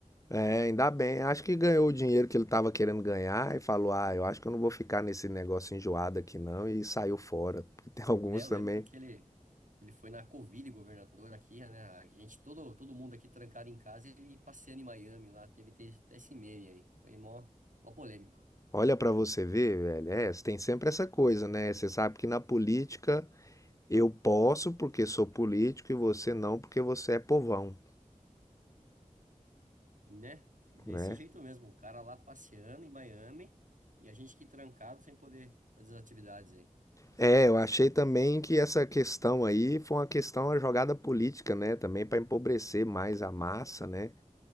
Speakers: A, on the left; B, on the right.
A: é, ainda bem. Acho que ganhou o dinheiro que ele tava querendo ganhar e falou: "Ah, eu acho que eu não vou ficar nesse negócio enjoado aqui não" e saiu fora. Porque tem <laughs> alguns
B: É, eu
A: também.
B: lembro que ele, que ele foi na Covid, governador aqui, né? A gente, todo, todo mundo aqui trancado em casa, ele passeando em Miami lá. Teve até até esse meme aí. Foi mó, mó polêmico.
A: Olha pra você ver, velho, é, tem sempre essa coisa, né? Você sabe que na política eu posso porque sou político e você não porque você é povão
B: Né? Desse
A: né?
B: jeito mesmo, o cara lá passeando em Miami e a gente aqui trancado sem poder fazer as atividades aí.
A: É, eu achei também que essa questão aí foi uma questão, uma jogada política, né? Também para empobrecer mais a massa, né?